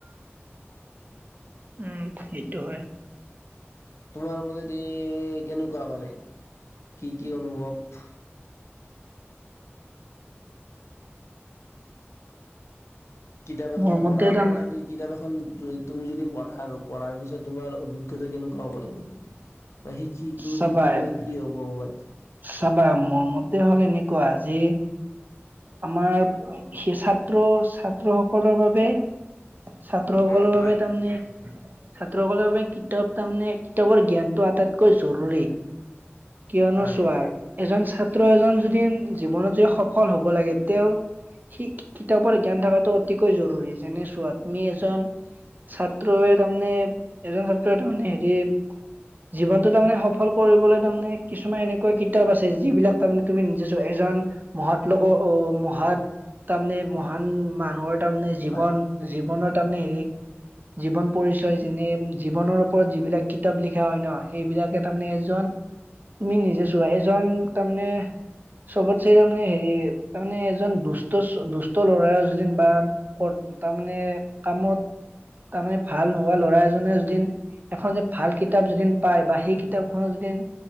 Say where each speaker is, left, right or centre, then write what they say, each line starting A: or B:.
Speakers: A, on the right; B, on the left.
A: উম সেইটো হয়
B: তোমাৰ মতে এ কেনেকুৱা মানে কি কি অনুভৱ কিতাপ এখন
A: মোৰ মতে
B: পঢ়া
A: তাৰ
B: মানে যদি কিতাপ এখন তুমি যদি পঢ়া আৰু পঢ়াৰ পিছত তোমাৰ অভিজ্ঞতা কেনেকুৱা হ'ব লাগে শিকি তুমি
A: সবাই
B: শিকি কিনে কি হ'ব পাৰে
A: সাব মোৰ মতে হ'লে এনেকুৱা যে আমাৰ সেই ছাত্ৰ ছাত্ৰ সকলৰ বাবে ছাত্ৰ সকলৰ
B: উম হয়
A: বাবে তাৰমানে ছাত্ৰসকলৰ বাবে কিতাপ তাৰমানে কিতাপৰ জ্ঞানতটো আটাইত কৈ জৰুৰী। কিয়নো
B: হয়
A: চোৱা, এজন ছাত্ৰ এজন য জীৱনত যে সফল হব লাগে তেওঁৰ স কিতাপৰ জ্ঞান থকাটো অতিকৈ জৰুৰী, যেনে ছোৱা তুমি এজন ছাত্ৰে তাৰমানে, এজন ছাত্ৰে তাৰমানে হেৰি জীৱনটো তাৰমানে সফল কৰিবলৈ তাৰমানে কিছুমান এনেকুৱা কিতাপ আছে যিবিলাক তাৰমানে তুমি নিজেছো এজন মহাত লগৰ অ' মহৎ তাৰমানে মহান মানুহৰ তাৰে জীৱন
B: হয়
A: জীৱনত তাৰেমানে হেৰি জীৱন পৰিচয় যেনে জীৱনৰ ওপৰত যিবিলাক কিতাপ লিখা হয় ন সেইবিলাকে তাৰমানে এজন তুমি নিজে চোৱা এজন তাৰমানে চবত চে তাৰ মানে হেৰি তাৰমানে এজন দুষ্ট, দুষ্ট ল'ৰা যদিন বা ক'ত তাৰমানে কামত তাৰমানে ভাল নোহোৱা ল'ৰা এজনে যদিন এখন যে ভাল কিতাপ যদিন পায় বা সেই কিতাপখনৰ যদিন